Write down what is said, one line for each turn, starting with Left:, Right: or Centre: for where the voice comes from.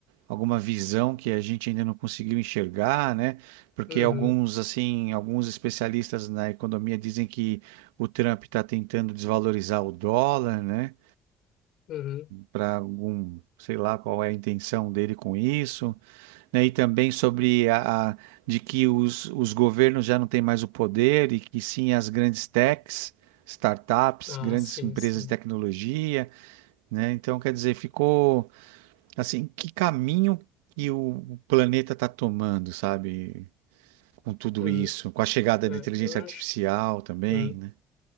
Right: alguma visão que a gente ainda não conseguiu enxergar, né? Porque
Left: Uhum.
Right: alguns, assim, alguns especialistas na economia dizem que o Trump está tentando desvalorizar o dólar, né?
Left: Uhum.
Right: Para algum, sei lá qual é a intenção dele com isso né, E também sobre a, a- de que os, os governos já não têm mais o poder e que sim as grandes techs, startups,
Left: Ah,
Right: grandes
Left: sim,
Right: empresas
Left: sim.
Right: de tecnologia, né? Então, quer dizer, ficou assim, que caminho que o o planeta está tomando, sabe? Com tudo
Left: Uhum.
Right: isso, com a chegada
Left: É,
Right: da inteligência
Left: eu
Right: artificial
Left: acho.
Right: também,
Left: Uhum.
Right: né?